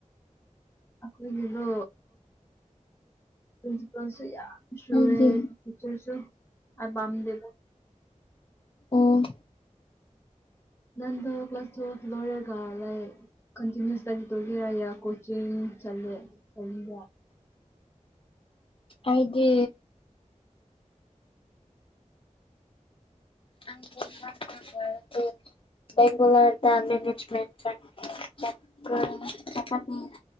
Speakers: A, on the left (about 20°); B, on the left (about 45°).
A: ꯑꯩꯈꯣꯏꯒꯤꯗꯣ ꯄ꯭ꯔꯤꯟꯁꯤꯄꯜꯁꯨ ꯌꯥꯝ ꯁꯨꯔꯦ
B: ꯅꯪꯗꯤ
A: ꯇꯤꯆꯔꯁꯨ ꯑꯥꯏꯄꯝꯗꯦꯕ
B: ꯑꯣ
A: ꯅꯪꯗꯣ ꯀ꯭ꯂꯥꯁ ꯇ꯭ꯋꯦꯜꯞ ꯂꯣꯔꯒ ꯂꯩ ꯀꯟꯇꯤꯟꯅꯨꯁ ꯑꯗꯨꯒꯤꯔ ꯌꯥ ꯀꯣꯆꯤꯡ ꯆꯠꯂꯦ <unintelligible>
B: ꯑꯩꯗꯤ <inaudible> ꯕꯦꯡꯒꯂꯣꯔꯗ ꯃꯦꯅꯦꯖꯃꯦꯟ ꯆꯠ <unintelligible>